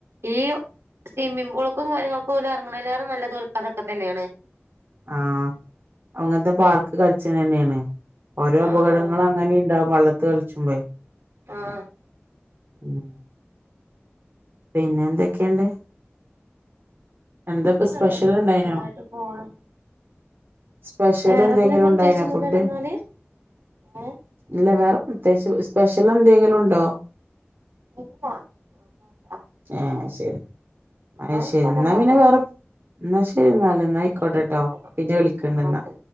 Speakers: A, on the right (about 80°); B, on the right (about 55°).
A: ഈ സ്വിമ്മിംഗ് പൂളക്കു പോല ഇറങ്ങുന്ന എല്ലാവരും നല്ലത് <unintelligible> തന്നെയാണ്
B: ആഹ് അങ്ങനത്തെ പാർക്ക് കളിച്ചന് തന്നെയാണ് ഓരോ
A: ആഹ്
B: അപകടങ്ങളും
A: ആഹ്
B: അങ്ങനെ ഉണ്ടാവും കളിച്ചും <unintelligible>
A: ആഹ്
B: ഉം പിന്നെ എന്തൊക്കെയുണ്ട് എന്താപ്പ
A: ഒക്കെ
B: സ്പെഷ്യൽ
A: നല്ലത്
B: ഇണ്ടായിനോ
A: സുഖായിട്ട് പോണ്
B: സ്പെഷ്യൽ
A: വേറെ
B: എന്തെങ്കിലും
A: പിന്നെ പ്രത്യേകിച്ചൊന്നുല്ലല്ലോ
B: ഉണ്ടായിനോ ഫുഡ്
A: എന്നാല് ഏഹ്
B: ഇല്ല വേറെ പ്രത്യേകിച്ച് സ്പെഷ്യൽ എന്തെങ്കിലും ഉണ്ടോ
A: ഇല്ല ഒന്നുല്ല
B: ഹാ ശരി അത്
A: ന്നാ ആയിക്കോട്ടെ
B: ശരി എന്നാ
A: ന്നാല്
B: പിന്നെ വേറെ എന്നാ <unintelligible> എന്നാ ആയിക്കോട്ടെട്ടോ
A: ആഹ്
B: പിന്നെ വിളിക്കണ്ടന്നാ
A: ആഹ്